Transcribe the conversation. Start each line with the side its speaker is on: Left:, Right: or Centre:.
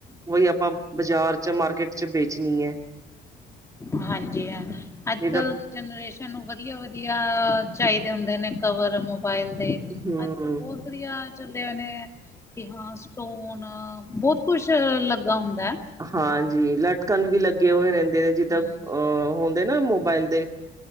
Right: ਉਹੀ ਆਪਾਂ ਬਾਜ਼ਾਰ ਚ ਮਾਰਕੀਟ ਚ ਵੇਚਣੀ ਏ।
Left: ਹਾਂਜੀ ਹਾਂ, ਅੱਜ-ਕੱਲ
Right: ਜਿੱਦਾਂ
Left: ਜਨਰੇਸ਼ਨ ਨੂੰ ਵਦੀਆ-ਵਦੀਆ, ਚਾਈਦੇ ਹੁੰਦੇ ਨੇ ਕਵਰ ਮੋ ਮੋਬਾਈਲ ਦੇ,
Right: ਹਮ
Left: ਅੱਜ-ਕੱਲ ਬੋਤ ਵਦੀਆ ਚੱਲੇ ਹੋਏ ਨੇ ਕਿ ਹਾਂ, ਸਟੋਨ ਬੋਤ ਕੁਛ ਲੱਗਾ ਹੁੰਦੈ।
Right: ਹਾਂਜੀ, ਲਟਕਨ ਵੀ ਲੱਗੇ ਹੋਏ ਰੇਂਦੇ ਨੇ ਜਿੱਦਾਂ
Left: ਹਮ
Right: ਅ ਹੋਨ ਹੁੰਦੇ ਨਾ ਮੋਬਾਇਲ ਦੇ,